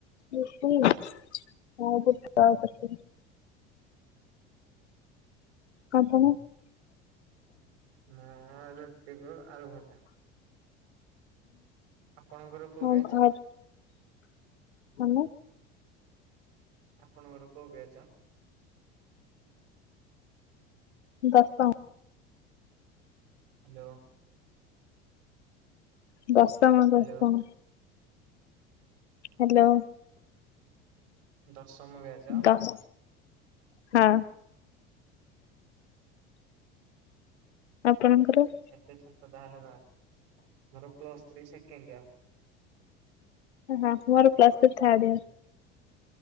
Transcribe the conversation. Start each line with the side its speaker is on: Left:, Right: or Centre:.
Left: ରୁଟି ଆଉ ବୁଟ ତରକାରୀ। ଆପଣ?
Right: ମୁଁ ରୁଟିକୁ ଆଳୁ ଭଜା। ଆପଣଙ୍କର କୋଉ
Left: ହଁ
Right: ବ୍ୟାଚ
Left: ଘର ତମେ?
Right: ଆପଣଙ୍କର କୋଉ ବ୍ୟାଚ?
Left: ଦଶମ।
Right: ହାଲୋ
Left: ଦଶମ
Right: ହ୍ୟାଲୋ
Left: ଦଶମ ହାଲୋ
Right: ଦଶମ ବ୍ୟାଚ
Left: ଦସ୍ ହଁ ଆପଣଙ୍କର?
Right: ଏତେ ଛୋଟ ତାହେଲେ ତମେ ମୋର ପ୍ଲସ୍ ଥ୍ରୀ ସେକେଣ୍ଡ ଇୟର।
Left: ହଁ ମୋର ପ୍ଲସ୍ ଥ୍ରୀ ଥାର୍ଡ ଇୟର।